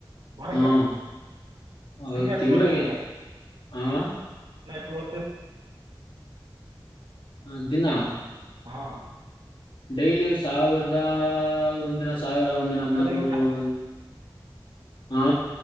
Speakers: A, on the right; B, on the left.
A: ವಾರಕ್ಕ
B: ಹಾವ್ ಅವ್ರ
A: ದಿನ ಎಷ್ಟು
B: ತಿಂಗಳಿಗೆ
A: ಬೀಳುತ್ತೆ ನಿಮ್ಗೆ
B: ಆಹ್ಹಾ.
A: ಕಿವತ್ತೇ.
B: ಹ್ಹ ದಿನ್ನಾ.
A: ವ್ಹಾ.
B: ಡೈಲಿ ಸಾವಿರದಾ ಒಂದ್ ದಿನಸ. ಸಾವಿರಾ ಒಂದದಿನ
A: ಅಂತದೇನ್
B: ಹನ್ನಂದ್ ನೂರು ಒಂದ. ಆ.